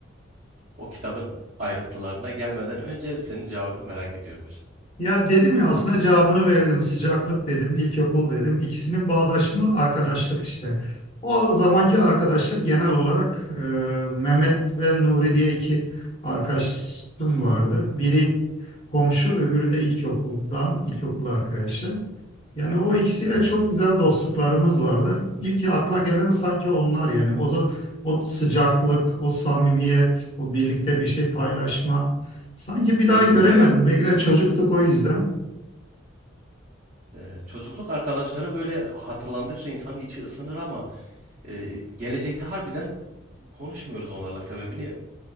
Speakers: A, on the right; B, on the left.
A: O kitabın ayrıntılarına gelmeden önce senin cevabını merak ediyorum hocam.
B: Ya dedim ya aslında cevabını verdim. Sıcaklık dedim, ilkokul dedim. İkisinin bağdaşımı arkadaşlık işte. O zamanki arkadaşlık genel olarak e, Mehmet ve Nuri diye iki arkadaşım vardı. Biri komşu, öbürü de ilkokuldan, ilkokul arkadaşı. Yani o ikisiyle
A: Evet.
B: çok güzel dostluklarımız vardı. İlk akla gelen sanki onlar yani. O, za- o sıcaklık, o samimiyet, o birlikte bir şey paylaşma. Sanki
A: Birlikte
B: bir daha göremedim. Belki de çocuktuk o yüzden.
A: e, çocukluk arkadaşları böyle hatırlandıkça insanın içi ısınır ama e, gelecekte harbiden konuşmuyoruz onlarla sebebini